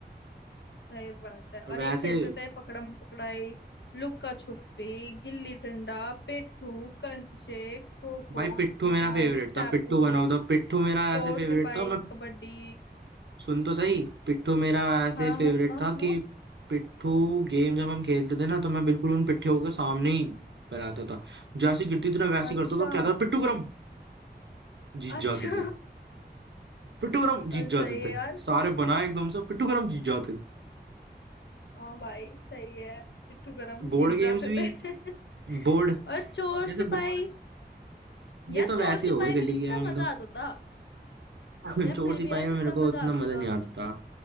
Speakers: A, on the left; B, on the right.
A: सही बात है और
B: और वैसे
A: एक खेलते थे पकड़म पकड़ाई लुक्का छुपी गिल्ली डंडा पेट्टू कंचे खो खो
B: भाई पिट्ठू मेरा
A: टांग
B: फेवरेट
A: स्टापू
B: था पिट्ठू वन ऑफ द पिट्ठू मेरा
A: चोर
B: ऐसे फेवरेट
A: सिपाही
B: था मैं
A: कबड्डी
B: सुन तो सही पिट्ठू मेरा ऐसे
A: हाँ
B: फेवरेट
A: हाँ सुनाओ
B: था
A: सुनाओ
B: कि पिट्ठू गेम जब हम खेलते थे ना तो मैं बिल्कुल उन पिट्ठू के सामने ही कराता था जैसे गिरती थी ना वैसे
A: अच्छा
B: ही करता था कहता था, पिट्ठू गरम जीत
A: अच्छा
B: जाते थे पिट्ठू गरम
A: और
B: जीत
A: सही
B: जाते थे
A: है यार
B: सारे बनाए एकदम से पिट्ठू गरम जीत जाते
A: हाँ भाई सही है पिट्ठू गरम
B: थे बोर्ड
A: जीत
B: गेम्स
A: जाते
B: भी
A: थे <laughs>
B: बोर्ड
A: और चोर
B: जैसे
A: सिपाही
B: बोर्ड
A: यार
B: ये तो वैसे
A: चोर सिपाही
B: हो गई
A: में
B: गली
A: कितना
B: की यार मतलब
A: मजा आता था
B: <laughs>
A: यार
B: चोर
A: फिर
B: सिपाही
A: भी यार कितना
B: में मेरे को
A: मजा
B: उतना
A: आता
B: मजा
A: था
B: नहीं आता